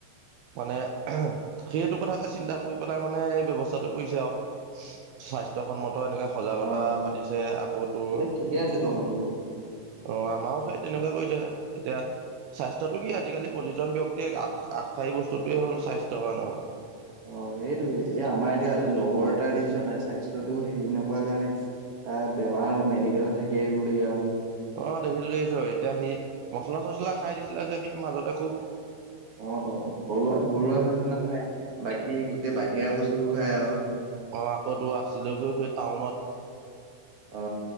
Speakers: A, on the right; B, on the right.
A: মানে সেইটো কথাকে চিন্তা কৰি পেলাই মানে এই ব্যৱস্থাটো কৰিছে আৰু স্বাস্থ্যসন্মত। এনেকে সজাগতা
B: অ
A: পাতিছে আকৌ তোৰ
B: এই ঠিকে আছে তহঁতো
A: অ আমাৰো সেই। তেনেকুৱা কৈছে এতিয়া স্বাস্থ্যটো কি আছে। আজিকালি প্ৰতিজন ব্যক্তিয়ে আগ আগশাৰী বস্তুটোয়ে হ'ল স্বাস্থ্য হয় নহয়।
B: অ সেইটোয়ে এই আমাৰ এতিয়া লগৰ এটা দেখিছ নাই স্বাস্থ্যটো হেৰি নকৱাৰ কাৰণে। তাৰ বেমাৰ মেডিকেলত থাকি আহিবলগীয়া হ'ল।
A: অ দেখিছো দেখিছো এতিয়া সি মচলা চচলা খাই দিছিলে যে সি মাজতে খুব।
B: অ ত ঘৰুৱা ঘৰুৱা ভাতটো নাখায় বাকী গোটেই বাহিৰা বস্তুবোৰ খায় আৰু।
A: অ আকৌ তো আছিলোগৈ সেই টাউনত।
B: অ